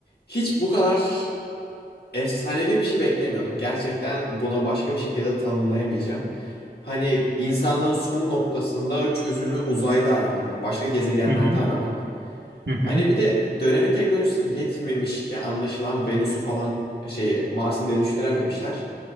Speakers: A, on the left; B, on the right.
A: hiç bu kadar efsanevi bir şey beklemiyordum. Gerçekten buna başka bir şekilde tanımlayamayacağım. Hani insanlığın son noktasında çözümü uzayda aramak, başka gezegenlerde
B: Hı hı.
A: aramak.
B: Hı hı.
A: Hani bir de dönemin teknolojisi yetmemiş ki anlaşılan Venüs'ü falan şeyi Mars'ı dönüştürememişler.